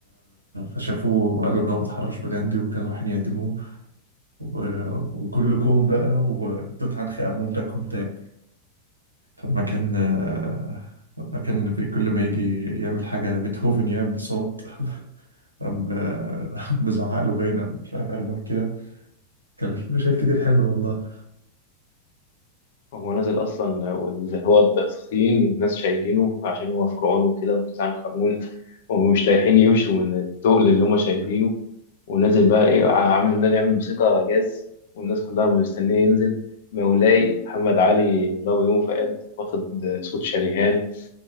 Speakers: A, on the right (about 80°); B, on the left (about 55°).
A: فشافوه وقالوا إن هو بيتحرش بغاندي وكانوا رايحين يعدموه و- وكلكم بقى وتوت عنخ آمون ده كون تاني لما كان آه، لما كان بي- كل ما يجي يعمل حاجة بيتهوفن يعمل صوت <laughs> قام آه، بزعق له باينة مش عارف قال له إيه كده كان في مشاهد كتير حلوة والله
B: هو نازل أصلا واللي هو التسخين والناس شايلينه عشان هو فرعون وكده وتسعة خمون ومش لايحين يمشوا من التقل اللي هما شايلينه ونازل بقى إيه عامل نازل يعمل موسيقى جاز والناس كلها مستنية ينزل مولاي محمد علي اللي هو بيومي فؤاد واخد صوت شريهان